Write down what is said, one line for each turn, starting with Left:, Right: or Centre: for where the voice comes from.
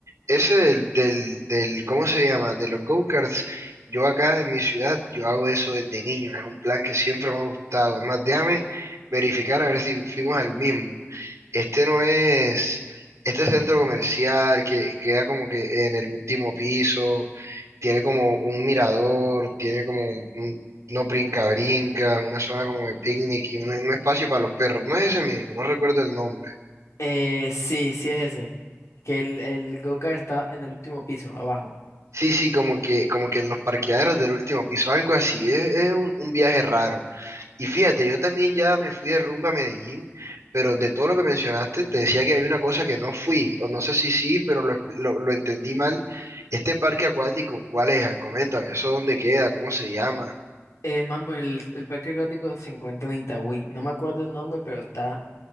Right: ese del, del, del- ¿cómo se llama? De los go-karts. Yo acá en mi ciudad, yo hago eso desde niño. Es un plan que siempre me ha gustado. Es más, déjame verificar a ver si fuimos al mismo. Este no es, este centro comercial que queda como que en el último piso, tiene como un mirador, tiene como un, no brinca, brinca, una zona como de picnic y un, un espacio para los perros. No es ese mismo, no recuerdo el nombre.
Left: Eh, sí, sí es ese. Que el, el go-kart está en el último piso, abajo.
Right: Sí, sí, como que, como que en los parqueaderos del último piso, algo así. Es, es un, un viaje raro. Y fíjate, yo también ya me fui de rumba a Medellín, pero de todo lo que mencionaste, te decía que hay una cosa que no fui, o no sé si sí, pero lo, expl- lo, lo entendí mal. Este parque acuático, ¿cuál es? Coméntame, ¿eso dónde queda? ¿Cómo se llama?
Left: Eh, man, pues el, el parque acuático se encuentra en Itagüí. No me acuerdo el nombre, pero está